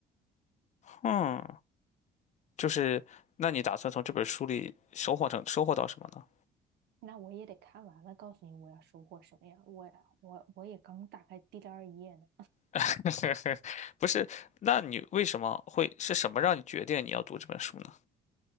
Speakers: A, on the left; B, on the right.
A: 嗯，就是那你打算从这本书里收获成收获到什么呢？
B: 那我也得看完了，告诉你我要收获什么呀？我我我也刚打开第二页呢，
A: <laughs> 不是，那你为什么会是什么让你决定你要读这本书呢？